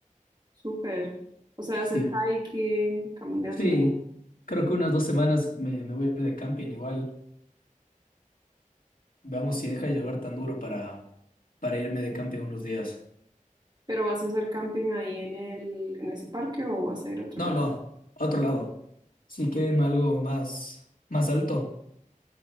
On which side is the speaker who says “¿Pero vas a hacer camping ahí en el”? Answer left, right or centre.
Right